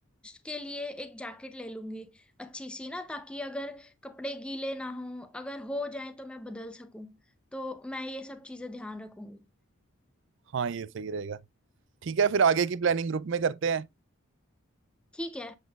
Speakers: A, in the centre; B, on the right.
A: के लिए एक जैकेट ले लूंगी अच्छी सी ना ताकि अगर कपड़े गीले ना हो अगर हो जाए तो मैं बदल सकूं तो मैं ये सब चीजें ध्यान रखूंगी
B: हाँ ये सही रहेगा ठीक है फिर आगे की प्लानिंग ग्रुप में करते हैं
A: ठीक है